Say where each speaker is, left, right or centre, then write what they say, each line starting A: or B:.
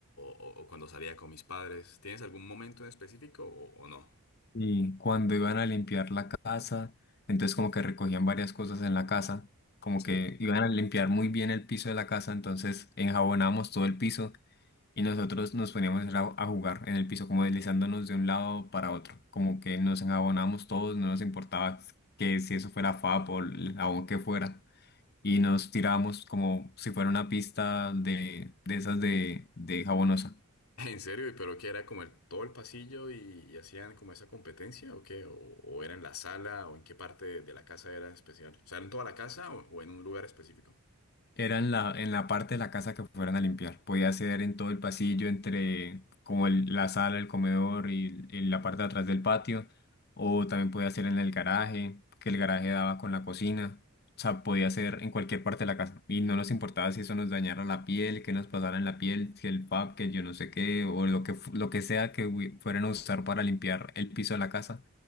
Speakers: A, on the left (about 75°); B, on the left (about 45°).
A: o- o cuando salía con mis padres? ¿Tienes algún momento en específico o, o no?
B: Y cuando iban a limpiar la casa, entonces como que recogían varias cosas en la casa, como
A: Sí.
B: que iban a limpiar muy bien el piso de la casa, entonces enjabonábamos todo el piso Y nosotros nos poníamos a a jugar en el piso, como deslizándonos de un lado para otro, como que nos enjabonábamos todos, no nos importaba que si eso fuera FAP o el jabón que fuera, y nos tirábamos como si fuera una pista de, de esas de, de jabonosa.
A: <laughs> En serio, ¿y pero qué era como el, todo el pasillo y, y hacían como esa competencia o qué? ¿O, o era en la sala o en qué parte de, de la casa era especial? O sea, ¿en toda la casa o, o en un lugar específico? <laughs>
B: Era en la, en la parte de la casa que fueran a limpiar. Podía ser en todo el pasillo, entre como el- la sala, el comedor y, y la parte de atrás del patio. O también podía hacer en el garaje, que el garaje daba con la cocina. O sea, podía hacer en cualquier parte de la casa. Y no nos importaba si eso nos dañara la piel, que nos pasara en la piel, si el pap, que yo no sé qué, o lo que, fu- lo que sea que hu- fueran a usar para limpiar el piso de la casa.